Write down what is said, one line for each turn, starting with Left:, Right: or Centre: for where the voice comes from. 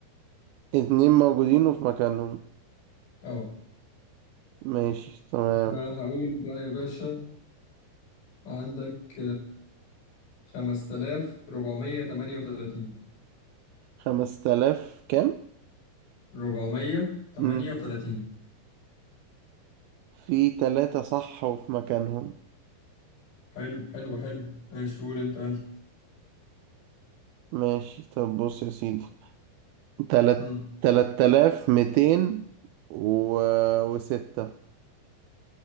Right: اتنين موجودين وفي مكانهم
Left: أه
Right: ماشي تمام
Left: آه، هقول بقى يا باشا عندك خمسة آلاف ربعمية تمانية وتلاتين
Right: خمس تلاف كام؟
Left: ربعمية تمانية
Right: مم.
Left: وتلاتين
Right: في تلاتة صح وفي مكانهم
Left: حلو حلو حلو ماشي قول أنت
Right: ماشي طب بص يا سيدي تلات
Left: يلا
Right: تلات تلاف ميتين و... وستة